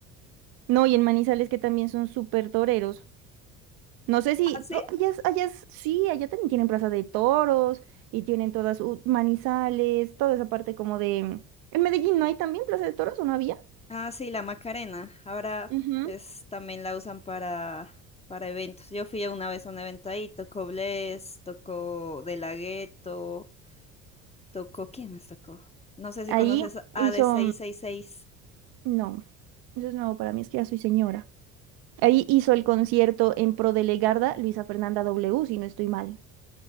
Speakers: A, on the right; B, on the left.
A: No, y en Manizales que también son súper toreros. No sé si
B: ¿Ah, sí?
A: to- allá, es- allá es- sí, allá también tienen plaza de toros y tienen todas uh, manizales, toda esa parte como de... En Medellín no hay también plaza de toros, ¿o no había?
B: Ah, sí, la Macarena. Ahora
A: Ujú.
B: pues también la usan para, para eventos. Yo fui una vez a un evento ahí, tocó Bless, tocó De La Ghetto, tocó, ¿quién más tocó? No sé si
A: Ahí
B: conoces A
A: hizo,
B: ad seis.
A: no, eso es nuevo para mí, es que ya soy señora. Ahí hizo el concierto en pro de Legarda, Luisa Fernanda W, si no estoy mal.